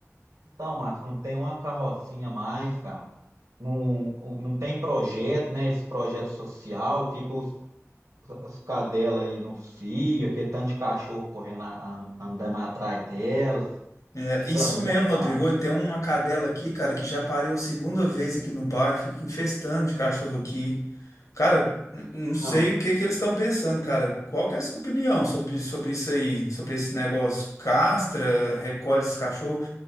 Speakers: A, on the right; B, on the left.
A: Então, Márcio, não tem uma carrocinha mais, cara. Não, o- não tem projeto, né? Esse projeto social, fica os, os- as cadelas aí no cio, aquele tanto de cachorro correndo, a- an- andando atrás delas.
B: É,
A: Fica
B: isso
A: ruim,
B: mesmo,
A: né,
B: Rodrigo.
A: Márcio?
B: Tem uma cadela aqui, cara, que já pariu a segunda vez aqui no bairro, fica infestando de cachorro aqui. Cara, n- não sei
A: Não.
B: o que que eles estão pensando, cara. Qual que é a sua opinião sobre, sobre isso aí? Sobre esse negócio? Castra, recolhe esses cachorros?